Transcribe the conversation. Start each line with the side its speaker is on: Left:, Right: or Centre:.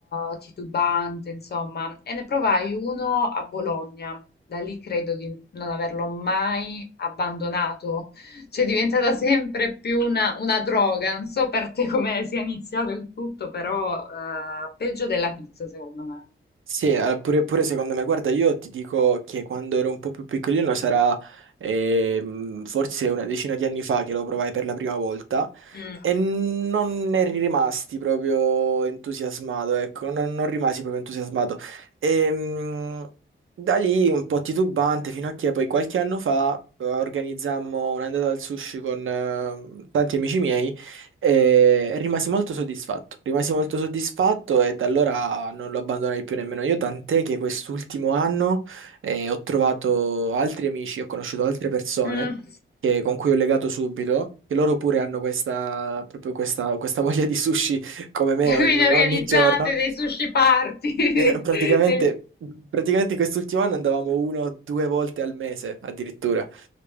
Left: eh, titubante, insomma, e ne provai uno a Bologna da lì credo di non averlo mai abbandonato, cioè è diventata sempre più una, una droga, non so per te come sia iniziato il tutto, però eh, peggio della pizza secondo me.
Right: Sì, eh, pure, pure secondo me, guarda, io ti dico che quando ero un po' più piccolino sarà ehm, forse una decina di anni fa che lo provai per la prima volta
Left: Mm.
Right: e non ne rimasti proprio entusiasmato, ecco, non, non rimasi proprio entusiasmato. Ehm, da lì un po' titubante fino a che poi qualche anno fa eh, organizzammo un'andata al sushi con eh, tanti amici miei. E rimasi molto soddisfatto, rimasi molto soddisfatto e da allora non lo abbandonai più nemmeno io, tant'è che quest'ultimo anno eh, ho trovato altri amici, ho conosciuto altre persone
Left: Mm.
Right: che- con cui ho legato subito, che loro pure hanno questa, proprio questa, questa <laughs> voglia di sushi come
Left: <laughs>
Right: me
Left: Quindi
Right: ogni,
Left: organizzate
Right: ogni giorno.
Left: dei sushi party,
Right: Eh, praticamente,
Left: <laughs> delle-
Right: praticamente in quest'ultimo anno andavamo una o due volte al mese addirittura,